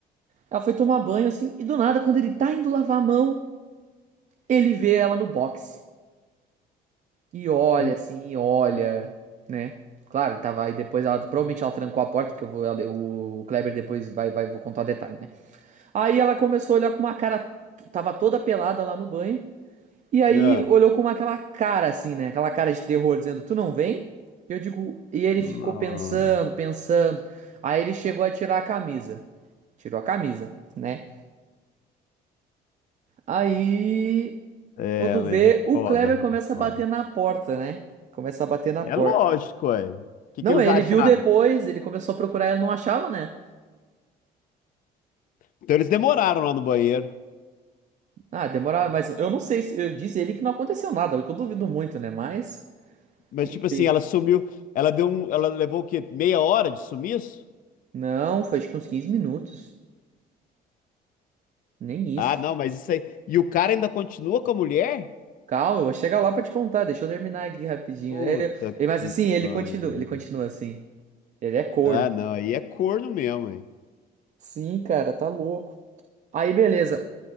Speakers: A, on the right (about 45°); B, on the left (about 55°).
A: Ela foi tomar banho, assim, e do nada, quando ele tá indo lavar a mão, ele vê ela no boxe. E olha,
B: Hum,
A: assim, e olha, né? Claro, tava aí depois, ela, provavelmente ela trancou a porta, porque eu vou, ela- o Kleber depois vai, vai, vou contar o detalhe, né? Aí ela começou a olhar com uma cara, tava toda pelada lá no banho, e aí
B: Ah,
A: olhou com uma, aquela cara, assim, né? Aquela cara de terror, dizendo, tu não vem? Eu digo, e ele ficou
B: não.
A: pensando, pensando. Aí ele chegou a tirar a camisa. Tirou a camisa, né? Aí,
B: É,
A: quando
B: mas
A: vê,
B: é
A: o
B: foda,
A: Kleber começa
B: é foda.
A: a bater na porta, né? Começa a bater na
B: É
A: porta.
B: lógico, ué. O que
A: Não,
B: que eles
A: ele
B: acharam?
A: viu depois, ele começou a procurar, ele não achava, né?
B: Então eles demoraram lá no banheiro.
A: Ah, demorava, mas eu não sei se eu disse ele que não aconteceu nada, o que eu duvido muito, né? Mas,
B: Mas,
A: enfim.
B: tipo assim, ela sumiu. Ela deu um. Ela levou o quê? Meia hora de sumiço?
A: Não, foi acho que uns 15 minutos. Nem isso.
B: Ah, não, mas isso aí. E o cara ainda continua com a mulher?
A: Calma, eu vou chegar lá pra te contar, deixa eu terminar aqui rapidinho.
B: Puta
A: É, é,
B: que
A: mas assim, ele
B: pariu.
A: continua, ele continua assim. Ele é corno.
B: Ah, não, aí é corno mesmo, hein?
A: Sim, cara, tá louco. Aí, beleza.